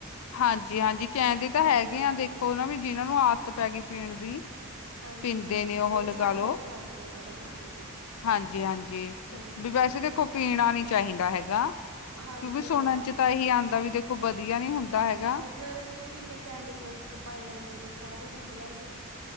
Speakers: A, on the left (about 70°); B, on the right (about 70°).
A: ਹਾਂਜੀ-ਹਾਂਜੀ ਕੈਂਦੇ ਤਾਂ
B: ਹਾਂਜੀ
A: ਹੈਗੇ ਆਂ
B: ਹਾਂ
A: ਦੇਖੋ ਨਾ ਵੀ ਜਿਨਾਂ ਨੂੰ ਆੱਤ ਪੈ ਗੀ ਪੀਣ ਦੀ
B: ਹਾਂਜੀ
A: ਪੀਂਦੇ
B: ਹਾਂ
A: ਨੇ
B: ਵੀ
A: ਓਹੋ
B: ਉਹ
A: ਲਗਾ
B: ਛੱਡ
A: ਲੋ
B: <unintelligible> ਹਾਂਜੀ
A: ਹਾਂਜੀ-ਹਾਂਜੀ,
B: ਹਾਂਜੀ
A: ਵੀ ਵੈਸੇ
B: ਹਾਂ
A: ਦੇਖੋ ਪੀਣਾ ਨੀ ਚਾਹੀਂਦਾ ਹੈਗਾ
B: ਹਾਂਜੀ
A: ਕਿਉਂਕਿ ਸੁਣਨ
B: ਹਾਂ
A: ਚ ਤਾਂ ਏਹੀ ਆਂਦਾ ਵੀ ਦੇਖੋ ਵਦੀਆ ਨੀ ਹੁੰਦਾ ਹੈਗਾ।
B: ਕੀਂ ਓਦੇ ਵਿੱਚ ਕਿੰਨੇ ਕੈਮੀਕਲਸ ਪਾਏ ਜਾਂਦੇ ਨੇ ਸਾਰੇ ਠੰਡੇਆਂ ਚ।